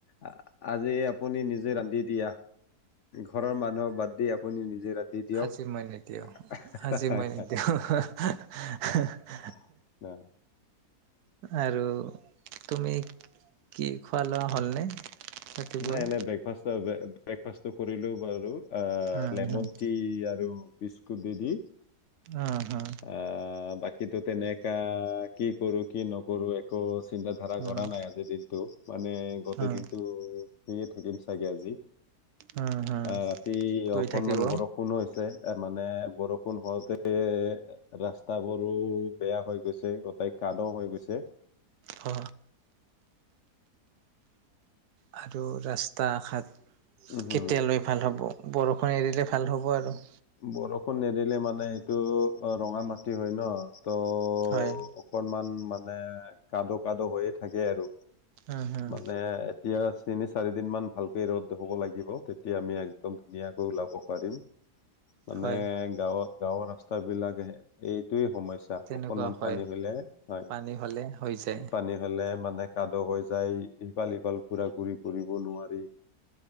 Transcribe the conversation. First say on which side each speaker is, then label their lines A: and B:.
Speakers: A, on the left; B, on the right.
A: আ আজি আপুনি নিজে ৰান্ধি দিয়া ঘৰৰ মানুহক বাদ দি আপুনি নিজে ৰান্ধি দিয়ক,
B: আজি মই নিদিওঁ
A: হয়
B: আজি
A: হয়
B: <inaudible>
A: <inaudible>
B: আৰু তুমি কি খোৱা লোৱা হ'লনে। ৰাতিপুৱাই?
A: নাই নাই ব্ৰেকফাষ্ট ব্ৰেকফাষ্টটো কৰিলো বাৰু,
B: উম
A: লেমন
B: হম
A: টি আৰু বিস্কুটে দি দি।
B: অ হা।
A: আ বাকীতো তেনেকা কি কৰো কি নকৰো একো চিন্তা। ধাৰা
B: উম
A: কৰা নাই আজিৰ দিনটো মানে গোটেই
B: উম
A: দিনটো। শুইয়ে থাকিম চাগে আজি
B: উম হম
A: আ ৰাতি
B: কৰি
A: অকনমান
B: থাকিব
A: বৰ ষুণো হৈছে এ মানে বৰষুণ হওঁতে ৰাস্তা বোৰো। বেয়া হৈ গৈছে গোটেই কাদো হৈ গৈছে।
B: হ। আৰু ৰাস্তা ঘাট
A: উম
B: কেতিয়ালৈ। ভাল হ'ব বৰষুণ এৰিলে ভাল হ'ব আৰু।
A: বৰষুণ নিদিলে মানে এইটো অ ৰঙা মাটি হয় ন ত।
B: হয়
A: অকনমান মানে কাদো কাদো হৈয়ে থাকে আৰু
B: উম হম
A: মানে। এতিয়া তিনি চাৰি দিন মান ভালকে ৰ'দ হ'ব লাগিব তেতিয়া আমি একদম ধুনীয়াকৈ ওলাব পাৰিম। মানে
B: হয়
A: গাঁৱত গাঁওৰ ৰাস্তা বিলাকে। এইটোৱে সমস্যা
B: তেনেকুৱা
A: অকনমান
B: হয়
A: পানী হ'লে হয়
B: পানী হ'লে হৈ যায়
A: পানী। ফেলে মানে কাদো হৈ যায় ইফাল সিফাল ঘূৰা ঘূৰি কৰিব নোৱাৰি।